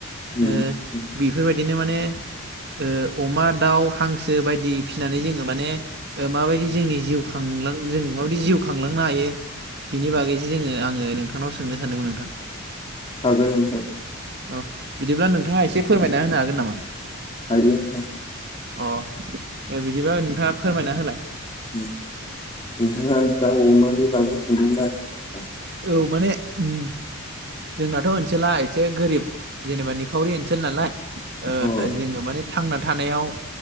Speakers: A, on the left; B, on the right.
A: उम
B: ओ
A: उम
B: बेफोरबायदिनो माने ओ अमा, दाउ, हांसो बायदि फिनानै जोङो माने ओ माबायदि जोंनि जिउ खांलांजों माबादि जिउ खांलांनो हायो बिनि बागै बिदि जोङो आङो नोंथांनाव सोंनो सानदोंमोन नोंथां
A: हागोन नोंथां
B: अ बिदिब्ला नोंथाङा एसे फोरमायना होनो हागोन नामा
A: हारि <unintelligible>
B: अ दे बिदिबा नोंथाङा फोरमायना होलाय
A: उम नोंथाङा दाउ, अमानि बागै सोंदोंमोन आरो आं
B: औ माने ओम जोंनाथ ओनसोला एसे गोरिब जेनेबा निखावरि ओनसोल नालाय ओ
A: अ
B: जोङो माने थांना थानायाव